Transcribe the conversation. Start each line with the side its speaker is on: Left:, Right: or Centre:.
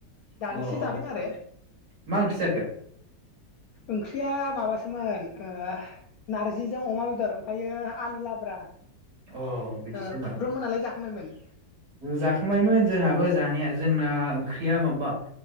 Left: दानिसो
Right: अ अ
Left: जादों आरो
Right: मा ओंखि जाखो?
Left: ओंख्रिया माबासोमोन ओ नारजिजों अमा बेदर ओमफ्रायायो आलु लाब्रा। ओ
Right: अ बिदिसो होमबा
Left: ब्र मोनालाय जा <unintelligible> मोन
Right: जाखांबायमोन जोंहाबो जानाया जोंना ओंख्रिया माबा